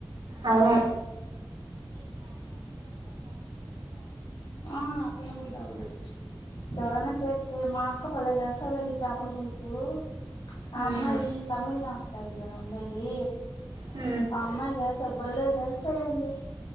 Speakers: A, on the right; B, on the left.
A: అవును
B: ఆ తిన బుద్ధి అవ్వదు ఎవరన్నా చేస్తే మా అక్క భలే చేస్తాదండి చాపల పులుసు ఆ
A: ఉమ్
B: అమ్మాయి తమిళనాడు సైడ్ కదా ఉండేది
A: ఉ
B: ఆ అమ్మాయి చేస్తది బలే చేస్తదండి